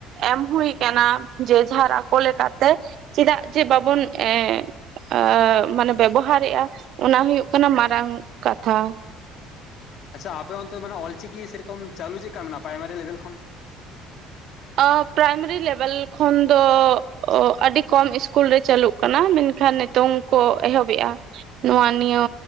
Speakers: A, on the right; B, on the left.
A: ᱮᱢ ᱦᱩᱭ ᱟᱠᱟᱱᱟ ᱡᱮ ᱡᱷᱟᱨ ᱟᱠᱚ ᱞᱮᱠᱟᱛᱮ ᱪᱮᱫᱟᱜ ᱡᱮ ᱵᱟᱵᱚᱱ ᱮᱸ᱾ ᱟ ᱢᱟᱱᱮ ᱵᱮᱵᱚᱦᱟᱨᱮᱫᱼᱟ ᱚᱱᱟ ᱦᱩᱭᱩᱜ ᱠᱟᱱᱟ ᱢᱟᱨᱟᱝ ᱠᱟᱛᱷᱟ᱾
B: ᱟᱪᱪᱷᱟ ᱟᱯᱮ ᱚᱱᱛᱮ ᱫᱚ ᱢᱟᱱᱮ ᱚᱞ-ᱪᱤᱠᱤ ᱥᱮᱨᱚᱠᱚᱢ ᱪᱟᱹᱞᱩ ᱪᱮᱫᱠᱟ ᱢᱮᱱᱟᱜᱼᱟ ᱯᱨᱟᱭᱢᱟᱨᱤ ᱞᱮᱵᱮᱞ ᱠᱷᱚᱱ᱾
A: ᱚ ᱯᱨᱟᱭᱢᱟᱨᱤ ᱞᱮᱵᱮᱞ ᱠᱷᱚᱱ ᱫᱚ ᱟᱹᱰᱤ ᱠᱚᱢ ᱤᱥᱠᱩᱞ ᱨᱮ ᱪᱟᱹᱞᱩᱜ ᱠᱟᱱᱟ ᱢᱮᱱᱠᱷᱟᱱ ᱱᱤᱛᱚᱝ ᱠᱚ ᱮᱦᱚᱵᱮᱜᱼᱟ᱾ ᱱᱚᱣᱟ ᱱᱤᱭᱟᱹ